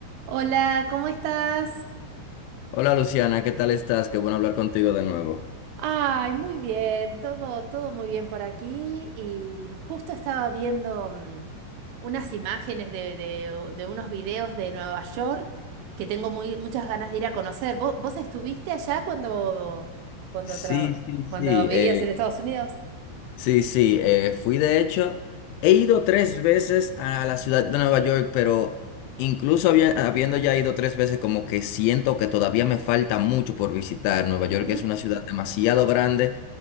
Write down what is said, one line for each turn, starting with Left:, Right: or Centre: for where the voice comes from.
Right: Hola, ¿cómo estás?
Left: Hola Luciana, ¿qué tal estás? Qué bueno hablar contigo de nuevo.
Right: Ay, muy bien, todo, todo muy bien por aquí. Y justo estaba viendo mm, unas imágenes de, de- de unos videos de Nueva York que tengo muy, muchas ganas de ir a conocer. ¿Vos, vos estuviste allá cuando, cuando,
Left: Sí,
Right: traba-
Left: sí, sí,
Right: cuando vivías
Left: eh,
Right: en Estados Unidos?
Left: sí, sí, eh, fui de hecho, he ido tres veces a la ciudad de Nueva York, pero incluso habi- habiendo ya ido tres veces, como que siento que todavía me falta mucho por visitar. Nueva York
Right: Uh,
Left: es una ciudad demasiado grande